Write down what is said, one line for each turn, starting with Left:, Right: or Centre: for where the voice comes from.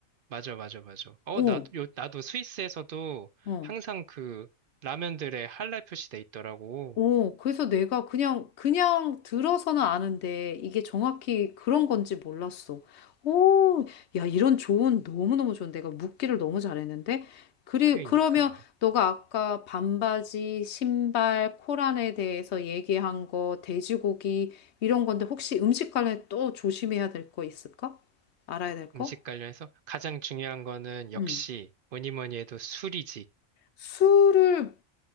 Right: 맞아, 맞아, 맞아. 어,
Left: 어,
Right: 나도, 요, 나도 스위스에서도
Left: 어.
Right: 항상 그 라면들에 할랄 표시돼 있더라고.
Left: 오, 그래서 내가 그냥, 그냥 들어서는 아는데 이게 정확히 그런 건지 몰랐어. 오, 야, 이런 조언 너무너무 좋은데. 내가 묻기를 너무 잘했는데. 그리,
Right: 그러니까
Left: 그러면 너가 아까 반바지, 신발, 코란에 대해서 얘기한 거, 돼지고기, 이런 건데 혹시 음식 관련해 또 조심해야 될 거 있을까? 알아야 될 거?
Right: 음식 관련해서 가장 중요한 거는 역시
Left: 응.
Right: 뭐니 뭐니 해도 술이지.
Left: 술을